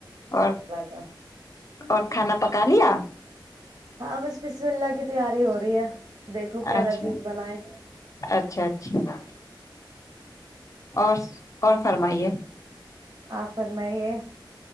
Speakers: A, on the left (about 40°); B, on the right (about 65°).
A: اور
B: کا
A: اور کھانا پکا لیا
B: ہاں بس بسم اللہ کی تیاری ہو رہی ہے دیکھو کیا
A: اچھا
B: لذیذ بنائے
A: اچھا اچھا اور اور فرمائیے
B: آاں فرمائیے